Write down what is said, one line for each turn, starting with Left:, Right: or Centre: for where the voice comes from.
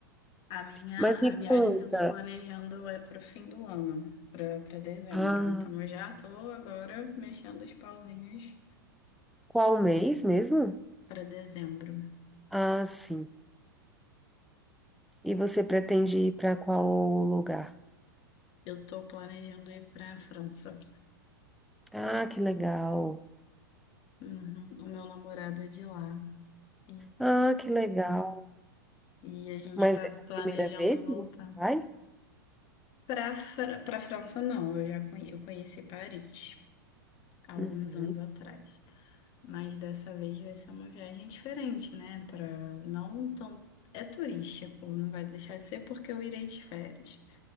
Left: A minha,
Centre: Mas me
Left: a viagem
Centre: conta,
Left: que eu tô planejando é pro fim do ano, pra para dezembro.
Centre: ah,
Left: Então eu já tô agora mexendo os pauzinhos
Centre: qual mês mesmo?
Left: pra dezembro.
Centre: Ah, sim. E você pretende ir para qual lugar?
Left: Eu tô planejando ir para a França.
Centre: Ah, que legal.
Left: Uhum, O meu namorado é de lá. E,
Centre: Ah, que legal.
Left: e a gente
Centre: Mas
Left: tá
Centre: é a
Left: planejando
Centre: primeira vez
Left: voltar.
Centre: que você vai?
Left: Para para pra França, não. Eu já conhe- eu conheci Paris há alguns
Centre: Uhum.
Left: anos atrás. Mas dessa vez vai ser uma viagem diferente, né? Para não tão. É turístico, não vai deixar de ser porque eu irei de férias.